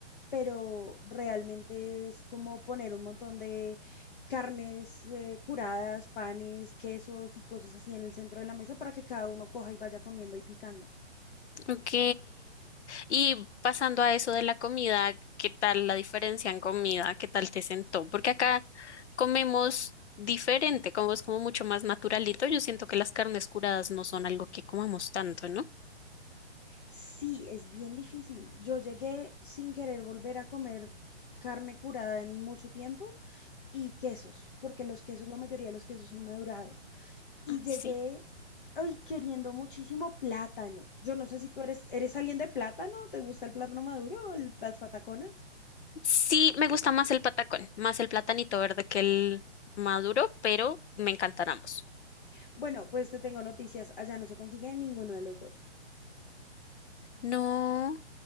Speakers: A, on the left; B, on the left.
A: pero realmente es como poner un montón de carnes eh, curadas, panes, quesos y cosas así en el centro de la mesa para que cada uno coja y vaya comiendo y picando.
B: Ok. Y pasando a eso de la comida, ¿qué tal la diferencia en comida? ¿Qué tal te sentó? Porque acá comemos diferente, como es como mucho más naturalito. Yo siento que las carnes curadas no son algo que comamos tanto, ¿no?
A: Sí, es bien difícil. Yo llegué sin querer volver a comer carne curada en mucho tiempo y quesos, porque los quesos, la mayoría de los quesos son madurados. Y
B: Ah,
A: llegué,
B: Sí.
A: ay, queriendo muchísimo plátano. Yo no sé si tú eres, eres alguien de plátano, ¿te gusta el plátano maduro o el- las pataconas?
B: Sí, me gusta más el patacón, más el platanito verde que el maduro, pero me encantan ambos.
A: Bueno, pues te tengo noticias. Allá no se consigue ninguno de los dos.
B: No.